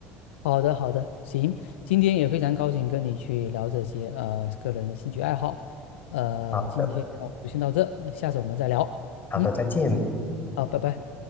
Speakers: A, on the left (about 80°); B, on the left (about 30°).
A: 好的，好的，行，今天也非常高兴跟你去聊这些呃个人的兴趣爱好，呃，
B: 好的，
A: 今天我们就先到这，下次我们再聊，
B: 好的，
A: 嗯，
B: 再见。
A: 好，拜拜。